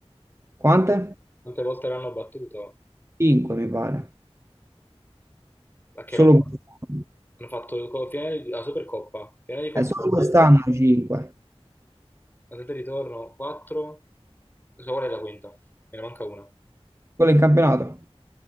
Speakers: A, on the right (about 25°); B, on the left (about 20°).
A: Quante?
B: Quante volte l'hanno battuto?
A: 5 mi pare.
B: A che
A: Solo
B: roba?
A: quest'anno,
B: Hanno fatto co- finale di, la Supercoppa, finale di Coppa
A: Eh, solo
B: Europea,
A: quest'anno 5.
B: andata e ritorno, 4, so qual è la quinta? Me ne manca una. No,
A: Quello in campionato.